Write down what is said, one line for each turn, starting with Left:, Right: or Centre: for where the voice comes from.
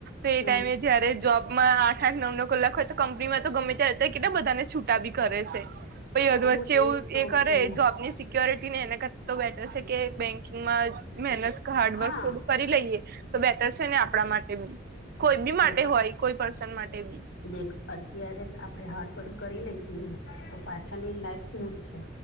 Right: તો એ
Left: હમ
Right: ટાઈમે જયારે જોબમાં આઠ આઠ નવ નવ કલાક હોય તો કંપનીમાં તો ગમે ત્યારે કેટલા બધાને છૂટા બી ઘરે છે. પહી અધ
Left: હું
Right: વચ્ચે એવું
Left: એજ કઉ
Right: એ કરે
Left: છું
Right: જોબની સિ સિક્યોરિટી નઈ એના કરતાં તો બેટર છે કે બેન્કિંગમાં મહેનત હાર્ડવર્ક
Left: હા
Right: થોડું. કરી લઈએ તો બેટર છે ને આપણા માટે બી કોઈ બી માટે
Left: જો
Right: હોય કોઈ પર્સન માટે બી.
Left: દેખ અત્યારે આપણે હાર્ડવર્ક કરી લઈશું ને તો પાછળની લાઈફ સ્મૂથ છે.